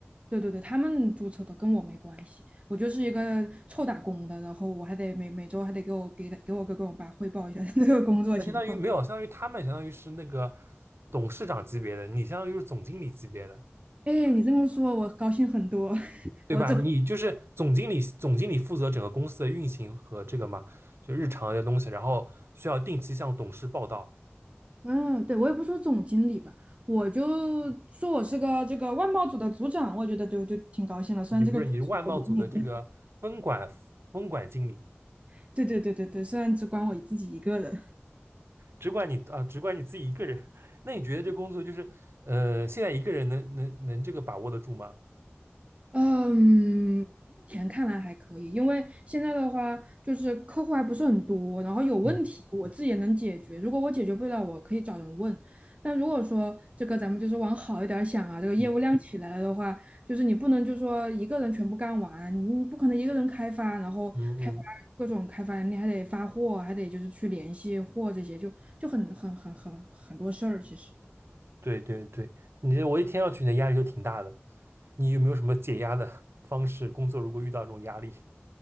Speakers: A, on the right (about 30°); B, on the right (about 70°).
A: 对对对，他们注册的跟我没关系，我就是一个臭打工的，然后我还得每每周还得给我给他给我哥跟我爸汇报一下 <laughs> 这个工作情况。
B: 那相当于没有，相当于他们相当于是那个董事长级别的，你相当于是总经理级别的。
A: 哎，你这么说，我高兴很多。<laughs>
B: 对吧？
A: 我这
B: 你就是总经理，总经理负责整个公司的运行和这个嘛，就日常的东西，然后需要定期向董事报道。
A: 嗯，对，我也不说总经理吧，我就说我是个这个外贸组的组长，我觉得就就挺高兴了。虽然这个组是我一个人，
B: 你不是你是外贸组的这个分管分管经理，
A: <laughs> 对对对对对，虽然只管我自己一个人。
B: 只管你啊，只管你自己一个人。<laughs> 那你觉得这工作就是呃，现在一个人能能能这个把握得住吗？
A: 嗯，目前看来还可以，因为现在的话就是客户还不是很多，然后有问题我自己也能解决。
B: 嗯
A: 如果我解决不了，我可以找人问。但如果说这个咱们就是往好一点儿想啊，这个业务量起来了的话，
B: 嗯
A: 就是你不能就说一个人全部干完，你不可能一个人开发，然后开发各种开发，
B: 嗯嗯，
A: 你还得发货，还得就是去联系货这些，就就很很很很很多事儿。其实，
B: 对对对，你我一听上去你的压力就挺大的。你有没有什么解压的方式？工作如果遇到这种压力，